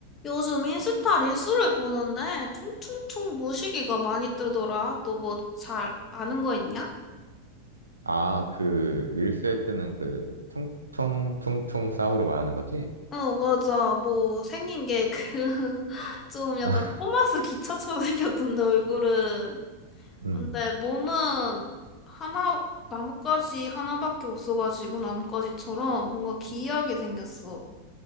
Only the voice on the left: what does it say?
요즘 인스타 릴스를 보는데 퉁퉁퉁 모시기가 많이 뜨더라. 너 뭐 잘 아는 거 있냐?
어, 맞아. 뭐 생긴 게 그 <laughs> 좀 약간
토마스 기차처럼 생겼던데 얼굴은.
근데 몸은 하나 나뭇가지 하나밖에 없어가지고 나뭇가지처럼 뭔가 기이하게 생겼어.